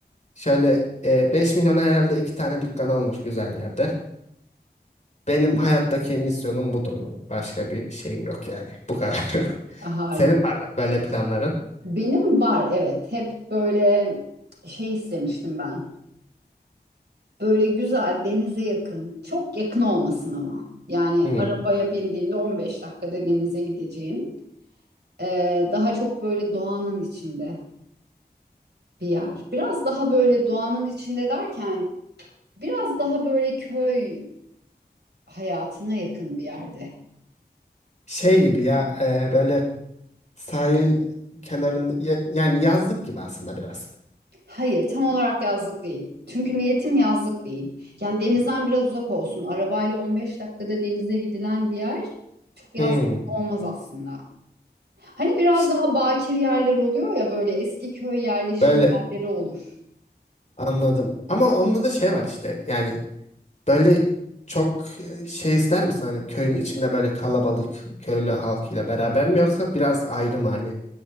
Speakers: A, on the left; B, on the right.
A: Şöyle e, 5 milyona herhalde iki tane dükkan alınır güzel yerde. Benim hayattaki misyonum budur. Başka bir şeyim yok yani. Bu kadar. <laughs>
B: harika.
A: Senin var mı böyle planların?
B: Benim var evet. Hep böyle şey istemiştim ben. Böyle güzel denize yakın. Çok yakın olmasın ama. Yani
A: Hmm.
B: arabaya bindiğinde 15 dakikada denize gideceğin. Ee, daha çok böyle doğanın içinde bir yer. Biraz daha böyle doğanın içinde derken biraz daha böyle köy hayatına yakın bir yerde.
A: Şey gibi ya e, böyle sahil kenarında ya- yani yazlık gibi aslında biraz.
B: Hayır, tam olarak yazlık değil. Çünkü niyetim yazlık değil. Yani denizden biraz uzak olsun. Arabayla 15 dakikada denize gidilen bir yer çok yazlık
A: Hmm.
B: olmaz aslında. Hani biraz
A: İşte
B: daha bakir yerler oluyor ya böyle eski köy yerleşim
A: Böyle
B: yerleri olur.
A: anladım. Ama onda da şey var işte yani Böyle çok e, şey ister misin hani köyün içinde böyle kalabalık köylü halkıyla beraber mi yoksa biraz ayrı mı hani